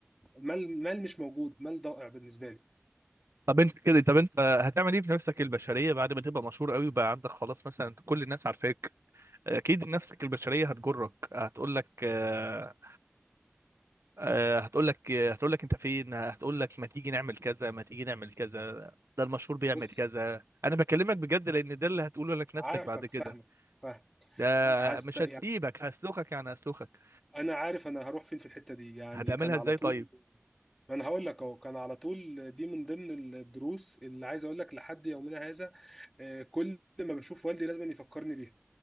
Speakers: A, in the centre; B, on the right (about 70°).
A: مال مال مش موجود مال ضائع بالنسبه لي
B: طب انت كده طب انت هتعمل ايه بنفسك البشرية بعد ما تبقى مشهور قوي وبقى عندك خلاص مثلا كل الناس عارفاك اكيد نفسك البشرية هتجرك هتقول لك آه، آه، هتقول لك هتقول لك انت فين هتقول لك ما تيجي نعمل كذا ما تيجي نعمل كذا ده المشهور بيعمل
A: بص
B: كذا انا بكلمك بجد لان ده اللي هتقوله لك نفسك
A: عارفك
B: بعد كده
A: فاهمك فاهم
B: ده
A: هست
B: مش
A: يعني
B: هتسيبك هسلخك يعني هسلخك
A: انا عارف انا هروح فين في الحته دي يعني
B: هتعملها
A: كان على
B: ازاي
A: طول
B: طيب
A: ما انا هقول لك اهو كان على طول دي من ضمن الدروس اللي عايز اقول لك لحد يومنا هذا آه، كل ما بشوف والدي لازم يفكرني بيها